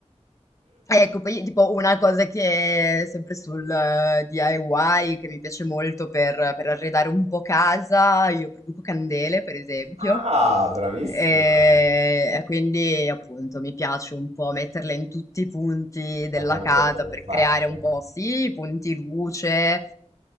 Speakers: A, on the left (about 25°); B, on the right (about 85°).
A: Ecco, poi tipo una cosa che sempre sul eh, DIY che mi piace molto per, per arredare un po' casa, io produco candele, per esempio.
B: Ah, bravissima!
A: E, e quindi appunto mi piace un po' metterle in tutti i punti della
B: Anche a me
A: casa
B: piaceva un
A: per
B: sacco.
A: creare un po', sì, i punti luce, eh,